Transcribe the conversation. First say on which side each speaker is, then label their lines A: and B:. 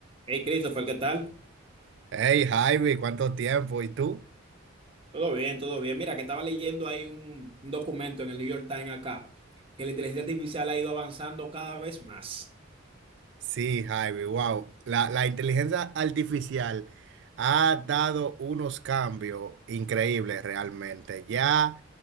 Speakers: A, on the right; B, on the right.
A: Hey Christopher, ¿qué tal?
B: Hey Javi, ¿cuánto tiempo? ¿Y tú?
A: Todo bien, todo bien. Mira, que estaba leyendo ahí un, un documento en el New York Times acá, que la inteligencia artificial ha ido avanzando cada vez más.
B: Sí, Javi, wow. La, la inteligencia artificial ha dado unos cambios increíbles realmente. Ya